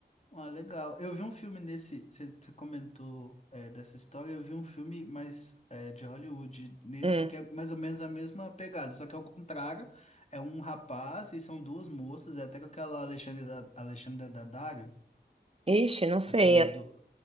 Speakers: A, on the left; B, on the right.
A: Ah, legal. Eu vi um filme nesse. Você você comentou é, dessa história. Eu vi um filme, mas é, de Hollywood, nesse
B: Hum.
A: que é mais ou menos a mesma pegada, só que ao contrário, é um rapaz e são duas moças. É até com aquela Alexandra, Alexandra Daddario,
B: Ixi, não sei.
A: aquela
B: é-
A: do.